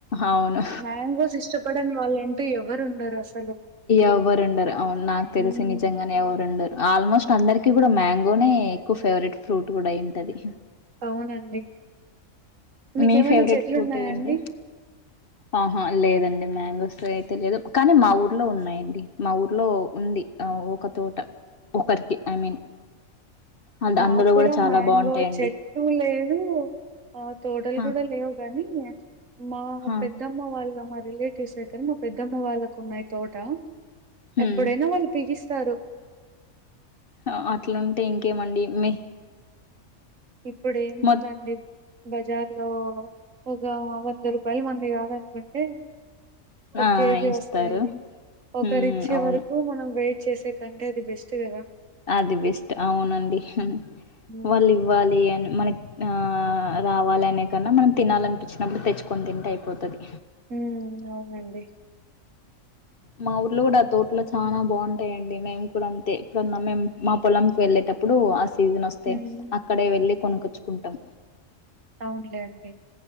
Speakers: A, on the left; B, on the right.
A: అవును
B: మ్యాంగోస్ ఇష్టపడని వాళ్లంటూ ఎవరు ఉండరు అస
A: ఎవ్వరుండారు అవును నాకు తెలిసి
B: హ్మ్
A: నిజంగానే ఎవ రుండరు ఆల్మోస్ట్ అందరికి కూడా మ్యాంగోనే ఎక్కువ ఫేవరెట్ ఫ్రూట్ కూడా అయింటది
B: అవునండి మీకేమైనా
A: మీ ఫేవరెట్
B: చెట్లు
A: ఫ్రూట్
B: ఉన్నాయా
A: ఏదండి
B: అండి?
A: ఆహా లేదండి మ్యాంగోస్ ఐతే లేదు కానీ మా ఊర్లో ఉన్నాయండి మా ఊర్లో ఉంది ఆ ఒక తోట ఒకరికి ఐ మీన్ అండ్
B: మాక్కూడా
A: అందులో కూడా చాలా
B: మ్యాంగో
A: బాగుంటాయండి
B: చెట్టు లేదు తోటలు
A: హ
B: కూడా లేవు గాని మా
A: హ
B: పెద్దమ్మ వాళ్ళ మా రిలేటివ్స్ అయితరు మా పెద్దమ్మ వాళ్ళకు ఉన్నాయి తోట
A: హ్మ్
B: ఎప్పుడైనా వాళ్ళు పికిస్ తారు
A: ఆ అట్లుంటే ఇంకేమండి మీ
B: ఇప్పుడు ఏముందండి
A: మొత్
B: బజార్ లో ఒక వంద రూపాయలు మంది కాదనుకుంటే ఒక
A: ఆ
B: కేజీ
A: ఇస్తారు
B: వస్తాయి ఒకరు
A: హ్మ్
B: ఇచ్చే
A: అవును
B: వరకు మనం వెయిట్ చేసే కంటే అది బెస్ట్ కదా
A: అది బెస్ట్ అవునండి హుమ్
B: హ్మ్ హ్మ్
A: వాళ్ళు ఇవ్వాలి అని మనకి ఆ రావాలి అనే కన్నా మనం తినాలనిపిచ్చినప్పుడు తెచ్చుకొని తింటే అయిపోతది
B: హ్మ్ అవునండి
A: మా ఊర్లో కూడా తోటలో చానా బాగుంటాయండి మేము కూడా అంతే ఎప్పుడన్న మేం మా పొలంకి వెళ్ళేట ప్పుడు ఆ సీజన్ అస్తే
B: హ్మ్
A: అక్కడే వెళ్లి కొనుక్కొచ్చుకుంటాం
B: అవునులే అండి